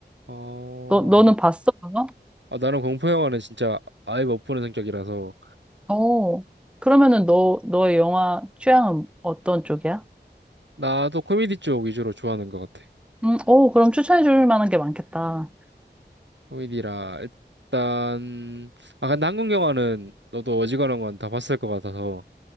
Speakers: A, on the right; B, in the centre.
A: 어,
B: 너, 너는 봤어, 그거?
A: 아, 나는 공포 영화는 진짜 아예 못 보는 성격이라서
B: 어. 그러면은 너, 너의 영화 취향은 어떤 쪽이야?
A: 나도 코미디 쪽 위주로 좋아하는 것 같아.
B: 음, 오, 그럼 추천해 줄 만한 게 많겠다.
A: 코미디라 일단 아, 근데 한국 영화는 너도 어지간한 건 다 봤을 것 같아서